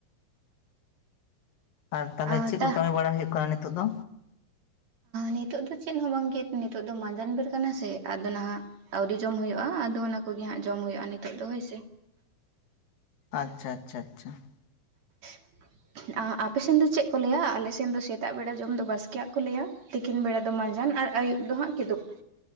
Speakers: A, on the left (about 75°); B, on the right (about 55°).
A: ᱟᱨ ᱛᱟᱦᱚᱞᱮ
B: ᱟ
A: ᱪᱮᱫ
B: ᱛᱟ
A: ᱠᱚ ᱠᱟᱹᱢᱤ ᱵᱟᱲᱟ ᱦᱩᱭᱩᱜ ᱠᱟᱱᱟ ᱱᱤᱛᱚᱜ ᱫᱚ?
B: ᱱᱤᱛᱚᱜ ᱫᱚ ᱪᱮᱫ ᱦᱚᱸ ᱵᱟᱝ ᱜᱮ ᱱᱤᱛᱚᱜ ᱫᱚ ᱢᱟᱟᱸᱡᱟᱱ ᱵᱮᱨ ᱠᱟᱱᱟ ᱥᱮ, ᱟᱫᱚ ᱱᱟᱦᱟᱜ᱾ ᱟᱹᱣᱨᱤ ᱡᱚᱢ ᱦᱩᱭᱩᱜᱼᱟ ᱟᱫᱚ ᱚᱱᱟ ᱠᱚᱜᱮ ᱦᱟᱸᱜ ᱡᱚᱢ ᱦᱩᱭᱩᱜᱼᱟ ᱱᱤᱛᱚᱜ ᱫᱚ ᱦᱳᱭᱥᱮ᱾
A: ᱟᱪᱷᱟ ᱟᱪᱷᱟ ᱟᱪᱷᱟ ᱟᱪᱷᱟ ᱾
B: <inaudible> ᱟᱯᱮ ᱥᱮᱱ ᱫᱚ ᱪᱮᱫ ᱠᱚ ᱞᱟᱹᱭᱟ? ᱟᱞᱮ ᱥᱮᱱ ᱫᱚ ᱥᱮᱛᱟᱜ ᱵᱮᱲᱟ ᱡᱚᱢ ᱫᱚ ᱵᱟᱥᱠᱮᱭᱟᱜ ᱠᱚ ᱞᱟᱹᱭᱟ᱾ ᱛᱤᱠᱤᱱ ᱵᱮᱲᱟ ᱫᱚ ᱢᱟᱸᱡᱟᱱ ᱟᱨ ᱟᱹᱭᱩᱵ ᱫᱚ ᱦᱟᱸᱜ ᱠᱤᱫᱩᱵ᱾